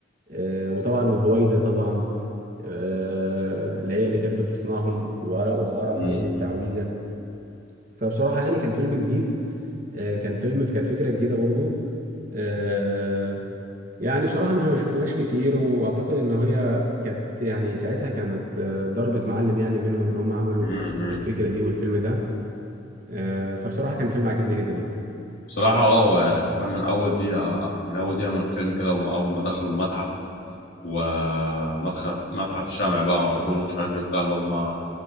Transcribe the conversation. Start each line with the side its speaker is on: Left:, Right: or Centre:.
Right: آه، وطبعا وهويدا طبعا آه، اللي هي اللي كانت بتصنعهم وقر- وقرأت
Left: مم.
Right: عليهم التعويذة فبصراحة يعني كان فيلم جديد آه، كان فيلم كانت فكرة جديدة برضو آه، يعني بصراحة مش ما شفناش كتير وأعتقد إن هي كانت يعني ساعتها كانت آه، ضربة معلم يعني منهم إن هم عملوا
Left: مم.
Right: الفكرة دي والفيلم ده آه، فبصراحة كان فيلم عجبني جدا يعني
Left: بصراحة اه هو يعني حرفيا من أول دقيقة من أول دقيقة من الفيلم كده وأول ما دخلوا المتحف ومتحف متحف الشمع بقى مأجور ومش عارف ايه وبتاع اللي هم